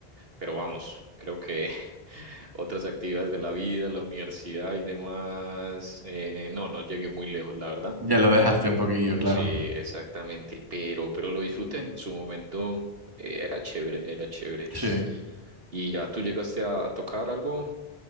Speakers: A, on the right; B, on the right.
A: pero vamos, creo que <laughs> otras actividades de la vida, la universidad y demás, eh, no, no llegué muy lejos, la verdad.
B: ya lo dejaste un poquillo, claro.
A: Sí, exactamente, pero, pero lo disfruté en su momento, eh, era chévere, era chévere.
B: Sí.
A: ¿Y ya tú llegaste a a tocar algo?